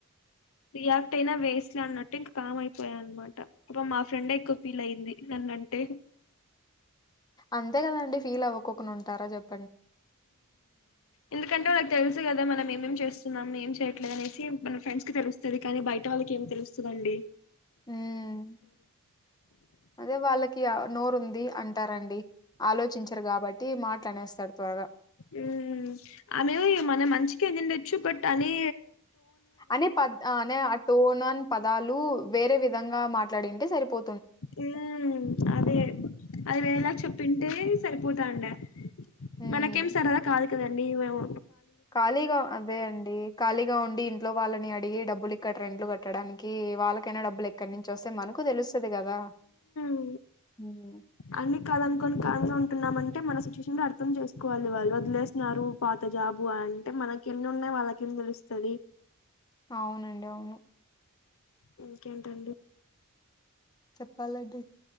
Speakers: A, on the left; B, on the left.
A: రియాక్ట్ అయినా వేస్ట్లా అన్నట్టు ఇంకా కామ్ అయిపోయాయి అనమాట అ మా ఫ్రెండే ఎక్కువ ఫీల్ అయింది నన్న టే
B: అంతే కదండి ఫీల్ అవ్వకోకుడా ఉంటారా చెప్
A: ఎందుకంటే వాళ్కు తెలుసు కదా మనం ఏమేం చేస్తున్నాం ఏం చేయట్లేదు అనేసి మన ఫ్రెండ్స్ కి తెలుస్తుంది కానీ బయట వాళ్ళకి ఏం తెలుస్తుందండి
B: మ్ అదే వాళ్ళకి ఆ నోరు ఉంది అంటారండి. ఆలోచించరు కాబట్టి మాట్లానేస్తారు త్వరగా
A: మ్ ఆమె మన మంచికిందిండొచ్చు బట్ అని
B: అనే ప అనే ఆ టోన్న్ పదాలు వేరే విధంగా మాట్లాడింటే సరిపో
A: ఉమ్ అదే అది వేలాగా చెప్పింటే సరిపోతాండి
B: హ్మ్.
A: మనకేం సరదా కాదు కదండి మేము
B: ఖాళీగా అదే అండి ఖాళీగా ఉండి ఇంట్లో వాళ్ళని అడిగి డబ్బులు ఇక్కడ రెంట్లు కట్టడానికి ఏమో వాళ్ళకైనా డబ్బులు ఎక్కడి నుంచి వస్తే మనకు తెలుస్తది కదా
A: అ
B: హ్మ్.
A: అన్ని కాదనుకొని కామ్ గా ఉంటు అంటే మన సిచువేషన్ లో అర్థం చేసుకోవాలి వాళ్ళు వదిలేసినారు పాత జాబు అంటే మనకి ఎన్ని ఉన్నాయి వాళ్ళకి తెలుస్తది
B: అవునండి అవును
A: ఇంకేంటండి
B: చెప్పాలండి